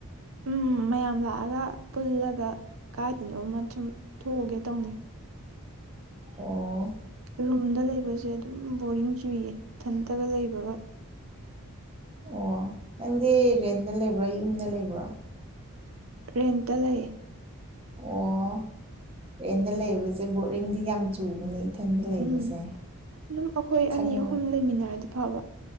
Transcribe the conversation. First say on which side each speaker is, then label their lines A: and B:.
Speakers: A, on the right; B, on the right.
A: ꯎꯝ ꯃꯌꯥꯝ ꯂꯥꯛꯑꯒ ꯄꯨꯜꯂꯒ ꯀꯥꯏꯗꯅꯣꯃ ꯁꯨꯝ ꯊꯣꯛꯎꯒꯦ ꯇꯧꯅꯦ
B: ꯑꯣ
A: ꯔꯨꯝꯗ ꯂꯩꯕꯁꯦ ꯑꯗꯨꯝ ꯕꯣꯔꯤꯡ ꯆꯨꯏꯌꯦ ꯏꯊꯟꯇꯒ ꯂꯩꯕꯒ
B: ꯑꯣ ꯅꯪꯗꯤ ꯔꯦꯟꯗ ꯂꯩꯕ꯭ꯔꯣ ꯌꯨꯝꯗ ꯂꯩꯕ꯭ꯔꯣ
A: ꯔꯦꯟꯇ ꯂꯩꯌꯦ
B: ꯑꯣ ꯔꯦꯟꯗ ꯂꯩꯕꯁꯦ ꯕꯣꯔꯤꯡꯗꯤ ꯌꯥꯝ ꯆꯨꯕꯅꯦ ꯏꯊꯟꯗ ꯂꯩꯕꯁꯦ
A: ꯎꯝ ꯑꯗꯨꯝ ꯑꯩꯈꯣꯏ
B: ꯈꯪ
A: ꯑꯅꯤ ꯑꯍꯨꯝ ꯂꯩꯃꯤꯟꯅꯔꯗꯤ ꯐꯕ